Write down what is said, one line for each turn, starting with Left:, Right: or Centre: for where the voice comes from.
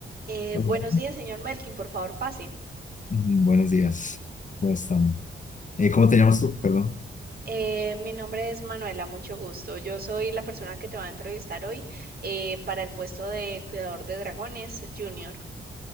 Right: Eh,
Left: Hola.
Right: buenos días, señor Melkin, por favor, pase.
Left: Mm, Buenos días, ¿cómo están? Eh, ¿cómo te llamas tú? Perdón.
Right: Eh, mi nombre es Manuela, mucho gusto. Yo soy la persona que te va a entrevistar hoy eh, para el puesto de cuidador de dragones junior.